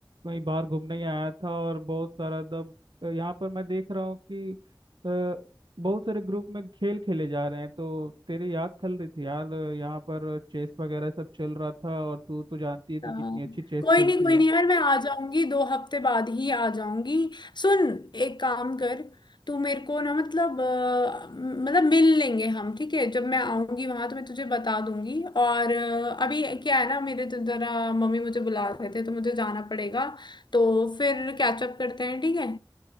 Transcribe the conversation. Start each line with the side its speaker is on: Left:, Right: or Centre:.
Right: कहीं बाहर घूमने ही आया था और बहुत सारा एकदम यहाँ पर मैं देख रहा हूँ कि अ, बहुत सारे ग्रुप में खेल खेले जा रहे हैं तो तेरी याद खल रही थी यार यहाँ पर चेस वगैरह सब चल रहा था और तू तो जानती है तू
Left: हाँ,
Right: कितनी अच्छी चेस
Left: कोई
Right: खेलती
Left: नहीं कोई
Right: है
Left: नहीं यार मैं आ जाऊंगी दो हफ्ते बाद ही आ जाऊंगी सुन एक काम कर तू मेरे को ना मतलब अ, मतलब मिल लेंगे हम ठीक है जब मैं आऊंगी वहां तो मैं तुझे बता दूंगी और अ, अभी क्या है ना मेरे तो जरा मम्मी मुझे बुला रहे थे तो मुझे जाना पड़ेगा तो फिर कैचअप करते हैं ठीक है